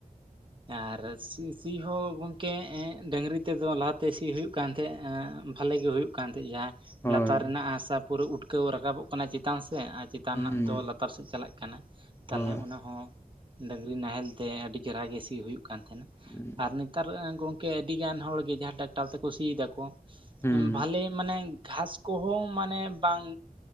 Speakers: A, on the right; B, on the left.
A: ᱟᱨ ᱥᱤ ᱥᱤ ᱦᱚᱸ ᱜᱚᱝᱠᱮ ᱮᱸᱜ ᱰᱟᱝᱨᱤ ᱛᱮᱫᱚ ᱞᱟᱛ ᱛᱮ ᱥᱤ ᱦᱩᱭᱩᱜ ᱠᱟᱱ ᱛᱟᱦᱮᱸᱫ, ᱮᱸᱜ ᱵᱷᱟᱞᱮ ᱜᱮ ᱦᱩᱭᱩᱜ ᱠᱟᱱ ᱛᱟᱦᱮᱸᱫ ᱡᱟᱦᱟᱸᱭ
B: ᱦᱳᱭ
A: ᱞᱟᱛᱟᱨ ᱨᱮᱱᱟᱜ ᱦᱟᱥᱟ ᱯᱩᱨᱟᱹ ᱩᱴᱠᱟᱹᱣ ᱨᱟᱠᱟᱵᱚᱜ ᱠᱟᱱᱟ ᱪᱮᱛᱟᱱ ᱥᱮ ᱟᱨ ᱪᱮᱛᱟᱱ
B: ᱦᱩᱸ
A: ᱨᱮᱱᱟᱜ ᱫᱚ ᱞᱟᱛ ᱛᱟᱨ ᱥᱮᱫ ᱪᱟᱞᱟᱜ ᱠᱟᱱᱟ ᱛᱟᱞᱚᱞᱮ
B: ᱦᱳᱭ
A: ᱚᱱᱟ ᱦᱚᱸ ᱰᱟᱹᱝᱨᱤ ᱱᱟᱦᱮᱞ ᱛᱮ ᱟᱹᱰᱤ ᱪᱮᱨᱦᱟ ᱜᱮ ᱥᱤ ᱦᱩᱭᱩᱜ ᱠᱟᱱ ᱛᱟᱦᱮᱱᱟ
B: ᱦᱩᱸ
A: ᱟᱨ ᱱᱮᱛᱟᱨ ᱜᱚᱝᱠᱮ ᱟᱹᱰᱤ ᱜᱟᱱ ᱦᱚᱲᱜᱮ ᱡᱟᱦᱟᱸ ᱴᱟᱠᱴᱟᱨ ᱛᱮᱠᱚ ᱥᱤᱭ ᱫᱟᱠᱚ
B: ᱦᱩᱸ
A: ᱵᱷᱟᱞᱮ ᱢᱟᱱᱮ ᱜᱷᱟᱥ ᱠᱚᱦᱚᱸ ᱢᱟᱱᱮ ᱵᱟᱝ